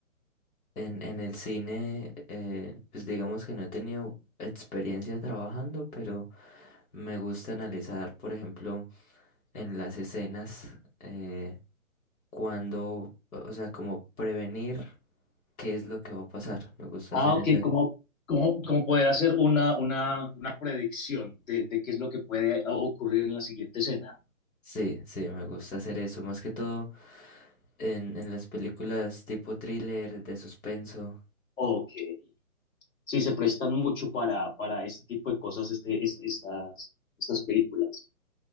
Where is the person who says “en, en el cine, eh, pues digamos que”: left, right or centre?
Left